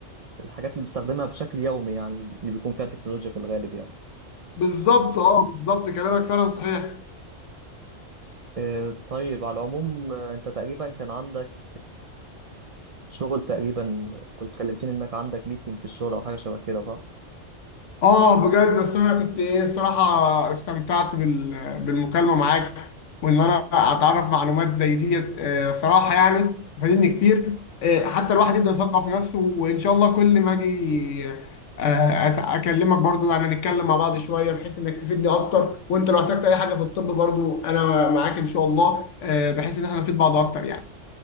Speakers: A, on the right; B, on the left.
A: الحاجات اللي بنستخدمها بشكل يومي يعني اللي بيكون فيها تكنولوجيا في الغالب يعني
B: بالظبط اه بالظبط كلامك فعلا صحيح
A: آه، طيب على العموم آه، انت تقريبا كان عندك شغل تقريبا كنت كلمتني انك عندك ميتنج في الشغل او حاجه شبه كده صح
B: اه بجد بس انا كنت ايه الصراحه استمتعت بال... بالمكالمه معاك وان انا اتعرف معلومات زي ديت آه، صراحه يعني فادتني كتير آه، حتى الواحد يبدا يثقف نفسه وان شاء الله كل ما اجي آه، أت- اكلمك برضو يعني نتكلم مع بعض شويه بحيث انك تفيدني اكتر وانت لو احتجت اي حاجه في الطب برضو انا معاك ان شاء الله آه، بحيث ان احنا نفيد بعض اكتر يعني